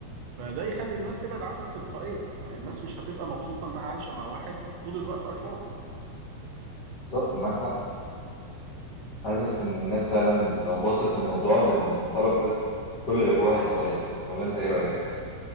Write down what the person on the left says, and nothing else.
بالظبط معاك حق حاسس ان الناس فعلا لو بصت للموضوع بالمنطلق ده كل اللي جواها هيتغير ولا انت ايه رايك